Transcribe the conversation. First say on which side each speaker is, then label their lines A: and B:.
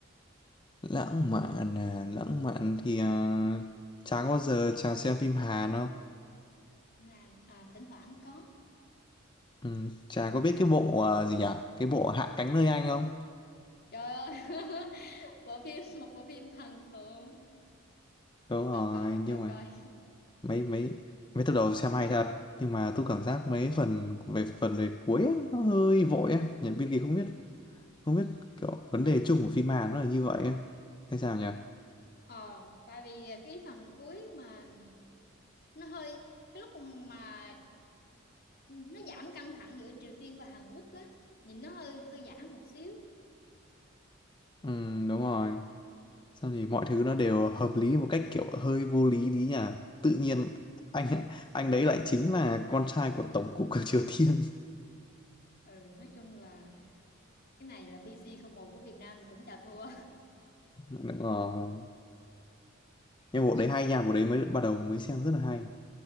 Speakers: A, on the left (about 25°); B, on the left (about 50°).
A: lãng mạn à, lãng mạn thì à, Trà có bao giờ Trà xem phim Hàn không
B: mà à, thỉnh thoảng có
A: Ừm, Trà có biết cái bộ à, gì nhỉ cái bộ Hạ cánh nơi Anh không
B: trời ơi <laughs> bộ phim một bộ phim thần tượng
A: đúng rồi
B: có coi có
A: nhưng mà
B: coi
A: mấy mấy mấy tập đầu xem hay thật nhưng mà tôi cảm giác mấy phần về phần về cuối á, nó hơi vội á nhà biên kịch không biết không biết kiểu vấn đề chung của phim Hàn nó là như vậy ấy. hay sao nhỉ
B: ờ tại vì ờ, cái phần cuối mà nó hơi cái lúc mà nó giảm căng thẳng giữa Triều Tiên và Hàn Quốc á nhìn nó hơi hơi giả một xíu
A: ừ đúng rồi sao thì mọi thứ nó đều hợp lý một cách kiểu hơi vô lý tí nhỉ tự nhiên anh anh đấy lại chính là con trai của tổng cục của Triều Tiên
B: ừ nói chung là cái này là BC một của Việt Nam thì cũng chà thua
A: <laughs> đúng rồi nhưng
B: <laughs>
A: bộ
B: nhưng
A: đấy hay nha bộ đấy mới bắt đầu mới xem rất là hay